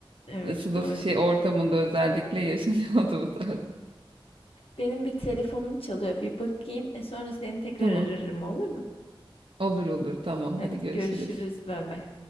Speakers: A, on the left; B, on the right.
A: evet
B: E, Sınıf
A: doğru
B: şey
A: diyorsun.
B: ortamında özellikle yaşanıyordu bu tarz.
A: Benim bir telefonum çalıyor. Bir bakayım. E sonra seni tekrar
B: Tamam.
A: ararım olur mu?
B: Olur olur tamam
A: Hadi
B: hadi görüşürüz.
A: görüşürüz. Bay bay.